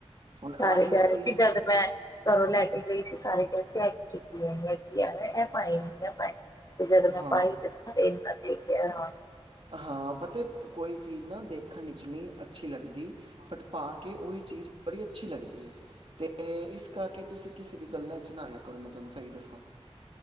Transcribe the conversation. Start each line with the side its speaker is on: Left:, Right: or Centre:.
Right: ਹੁਨ
Left: ਸਾਰੇ
Right: ਆਹੀ
Left: ਕਹਿ
Right: ਕਿਸੇ
Left: ਰਹੇ ਸੀ ਜਦ ਮੈਂ ਘਰੋਂ ਲੈ ਕੇ ਗਈ ਸੀ ਸਾਰੇ ਕੈ ਸੀ ਅੱਤ ਚੁੱਕੀ ਐ ਕੀ ਯਾਰ ਐ ਪਾਏ ਐ ਪਾਏ। ਤੇ ਜਦ ਮੈਂ
Right: ਹਾਂ
Left: ਪਾਈ ਤੇ ਸਾਰੇ ਏਨਾ ਦੇਖ ਕੇ ਹਰਾਨ
Right: ਹਾਂ, ਪਤਾ ਕੋਈ ਚੀਜ਼ ਨਾ ਦੇਖਨ ਵਿਚ ਨਈਂ ਅੱਛੀ ਲੱਗਦੀ। ਬਟ ਪਾ ਕੇ, ਓਈ ਚੀਜ਼ ਬੜੀ ਅੱਛੀ ਲੱਗਦੀ ਐ ਤੇ ਤੇ ਇਸ ਕਰਕੇ ਤੁਸੀਂ ਕਿਸੇ ਦੀ ਗੱਲਾਂ ਚ ਨਾ ਆਏਆ ਕਰੋ ਮੈਂ ਤੁਆਨੂੰ ਸਈ ਦੱਸਾਂ।